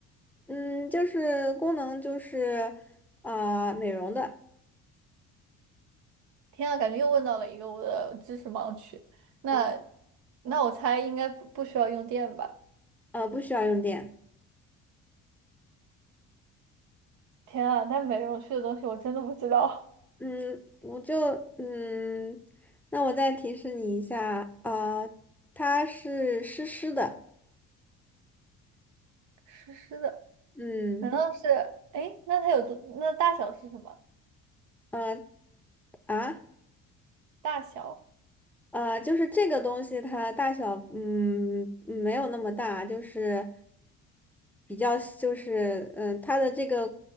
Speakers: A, in the centre; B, on the right.
A: 嗯，就是功能就是啊，美容的，
B: 天啊，感觉又问到了一个我的知识盲区。那
A: 嗯
B: 那我猜应该不不需要用电吧？
A: 呃不需要用电。
B: 天啊，那美容区的东西我真的不知道。
A: 嗯，我就嗯，那我再提示你一下啊、呃它是湿湿的，
B: <laughs> 湿湿的，
A: 嗯
B: 难道是？哎，那它有多？那大小是什么？
A: 呃啊。
B: 大小？
A: 啊，就是这个东西它大小，嗯，嗯没有那么大，就是比较，就是，嗯、它的这个，